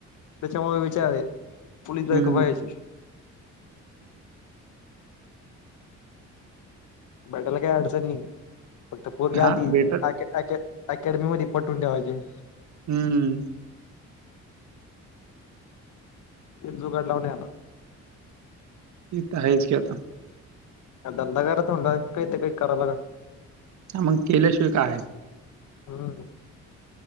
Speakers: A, on the left; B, on the right.
A: बच्या म विचार पलीस बाई
B: हम्म
A: खपयची बडला काय आडनी फक्त पोरग
B: हा
A: आधी
B: भेटल
A: अकॅडमी मध्ये पटून ठेवायचे
B: हम्म
A: ते जुगाड लावणे आला
B: ताहेज कता
A: दंदा कर तथोंडा काही ते काही कराला का
B: ह मग केल्याशिवाय काय
A: हा